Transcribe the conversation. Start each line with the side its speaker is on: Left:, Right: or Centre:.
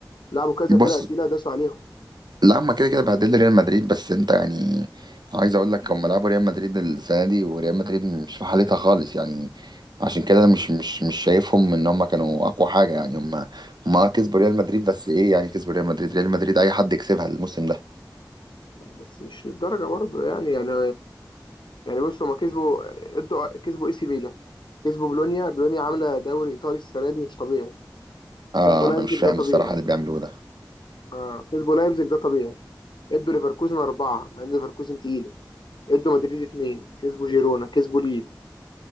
Left: لعبوا كذا
Right: بص
Left: فرقة تقيلة داسوا عليهم
Right: لا هما كده كده بهدلوا ريال مدريد بس انت يعني عايز اقول لك هما لعبوا ريال مدريد السنه دي وريال مدريد مش في حالتها خالص يعني عشان كده مش مش مش شايفهم ان هما كانوا اقوى حاجه يعني هما هما آه، كسبوا ريال مدريد بس ايه يعني كسبوا ريال مدريد ريال مدريد اي حد يكسبها الموسم ده
Left: لا، بس مش للدرجة برضه يعني يعني يعني بص هما كسبوا ادوا كسبوا اي سي ميلان كسبوا بولونيا بولونيا عاملة دوري ايطالي السنة دي مش طبيعي
Right: اه
Left: كسبوا لايبزيج
Right: انا مش فاهم
Left: ده طبيعي
Right: الصراحه اللي بيعملوه ده
Left: اه كسبوا لايبزيج ده طبيعي ادوا ليفركوزن أربعة مع ان ليفركوزن تقيل ادوا مدريد اتنين كسبوا جيرونا كسبوا ليل